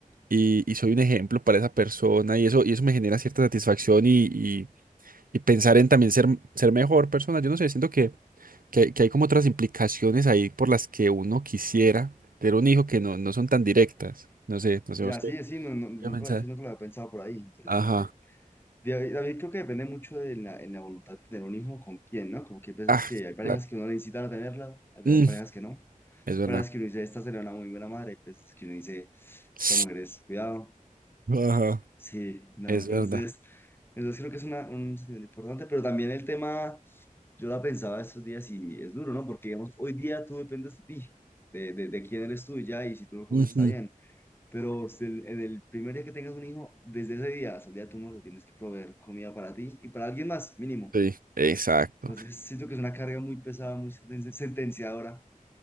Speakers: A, on the right; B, on the left.
A: y, y soy un ejemplo para esa persona y eso, y eso me genera cierta satisfacción y, y- y pensar en también ser, ser mejor persona. Yo no sé, siento que, que, que hay como otras implicaciones ahí por las que uno quisiera tener un hijo que no, no son tan directas. No sé, no
B: Ya,
A: sé vos
B: sí,
A: qué
B: sí, no, no, nunca,
A: qué pensás.
B: yo nunca lo había pensado por ahí. Interesante.
A: Ajá.
B: David, David, creo que depende mucho de la, en la voluntad de tener un hijo con quién, ¿no? Como que hay veces
A: Ah,
B: que hay parejas
A: claro.
B: que uno le incitan a tenerla, hay
A: Mm,
B: hay parejas que no.
A: es
B: Hay
A: verdad.
B: parejas que uno dice, esta sería una muy buena madre, hay veces que uno dice,
A: Sí.
B: esta mujer es, cuidado.
A: Ajá.
B: Sí, no,
A: Es
B: entonces,
A: verdad.
B: entonces creo que es una, un sentimiento importante, pero también el tema, yo la pensaba estos días y es duro, ¿no? Porque digamos, hoy día tú dependes de ti, de, de, de quién eres tú y ya, y si tú no comes
A: Ujú.
B: está bien. Pero si el- en el primer día que tengas un hijo, desde ese día hasta el día de tu muerte, tienes que proveer comida para ti y para alguien más, mínimo.
A: Sí, exacto,
B: Entonces siento que es una carga muy pesada, muy senten- sentenciadora,